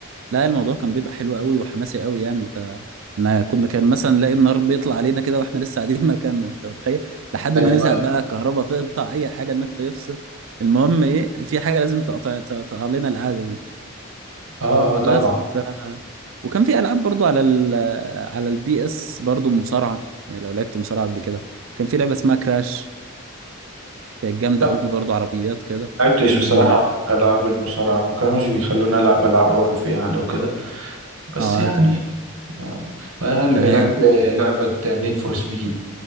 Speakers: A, on the right; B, on the right.
A: لا الموضوع كان بيبقى حلو قوي وحماسي قوي يعني انت انا كنا كان مثلا نلاقي النار بيطلع علينا كده واحنا لسه قاعدين <laughs> مكاننا انت متخيل لحد
B: ايوه
A: ما نزهق
B: ايوه
A: بقى الكهرباء تقطع اي حاجه النت يفصل المهم ايه في حاجه لازم تقطع تقطع لنا القعده دي
B: اه اه
A: بس
B: طبعا
A: ف وكان في العاب برضو على ال على البي اس برضو مصارعه يعني لو لعبت مصارعه قبل كده كان في لعبه اسمها كراش كانت جامده
B: لا
A: قوي برضو عربيات كده
B: لعبتش
A: وبي
B: بصراحة ألعاب المصارعة ما كانوش بيخلوني ألعب ألعاب عنف يعني وكده بس
A: اه
B: يعني
A: تمام
B: آه. هل
A: تمام
B: لعبت لعبة نيد فور سبيد